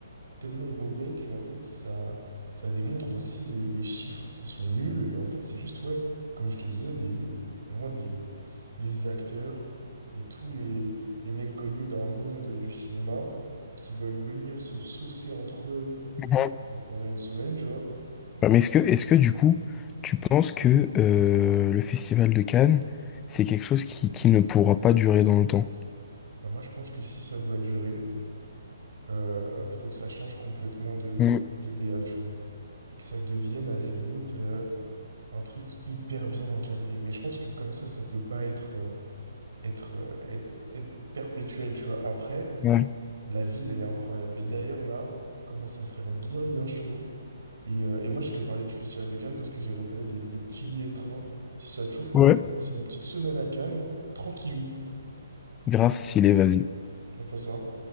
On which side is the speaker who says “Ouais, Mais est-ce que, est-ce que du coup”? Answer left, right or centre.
Left